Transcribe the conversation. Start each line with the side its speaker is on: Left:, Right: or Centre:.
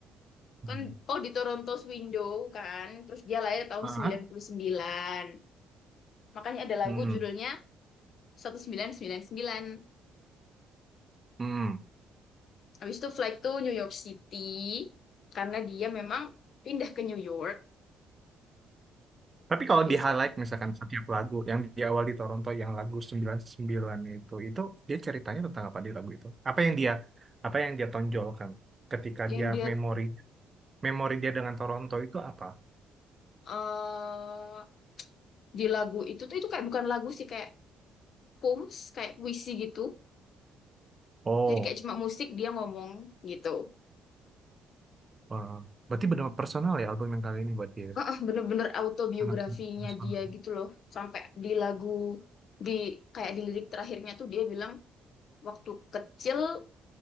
Right: Hmm.
Left: kan oh di Toronto Window kan terus dia lahir tahun
Right: Ah,
Left: sembilan puluh sembilan makanya ada
Right: Hmm.
Left: lagu judulnya 1999.
Right: Hmm.
Left: habis itu flight to New York City karena dia memang pindah ke New York
Right: Tapi kalau
Left: Disco.
Right: di highlight misalkan setiap lagu yang di awal di Toronto yang lagu sembilan sembilan itu, itu dia ceritanya tentang apa di lagu itu? Apa yang dia apa yang dia tonjolkan ketika
Left: yang
Right: dia
Left: dia
Right: memori memori dia dengan Toronto itu apa?
Left: eh di lagu itu tuh itu kayak bukan lagu sih kayak poems kayak puisi gitu
Right: Oh,
Left: jadi kayak cuma musik dia ngomong gitu
Right: wah. Berarti benar personal ya album yang kali ini buat dia.
Left: Ah, bener-bener autobiografinya
Right: Sangat personal.
Left: dia gitu loh sampai di lagu di kayak di lirik terakhirnya tuh dia bilang Waktu kecil,